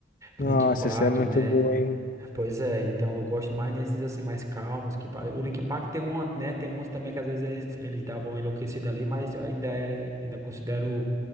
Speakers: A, on the left; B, on the right.
A: Nossa,
B: Linkin Park,
A: essa é muito
B: né?
A: boa, hein?
B: Pois é, então eu gosto mais nesses assim mais calmos que pa- o Linkin Park tem uma, né, tem uns também que às vezes eles, eles davam uma enlouquecida ali, mas eu ainda é, ainda considero